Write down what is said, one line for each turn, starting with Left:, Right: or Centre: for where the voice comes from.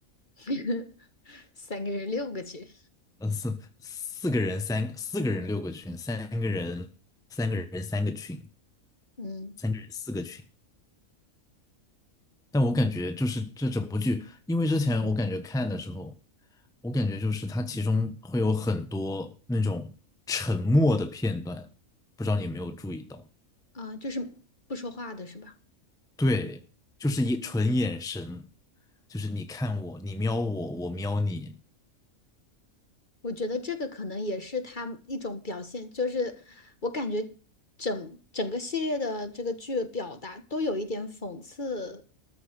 Left: <laughs> 三个人六个去，
Centre: 呃，四四个人三四个人六个群，三个人三个人三个群，
Left: 嗯
Centre: 三个人四个群。但我感觉就是这整部剧，因为之前我感觉看的时候，我感觉就是它其中会有很多那种沉默的片段，不知道你有没有注意到。
Left: 啊，就是不说话的是吧？
Centre: 对，就是一纯眼神，就是你看我，你瞄我，我瞄你，
Left: 我觉得这个可能也是他一种表现，就是我感觉整整个系列的这个剧表达都有一点讽刺，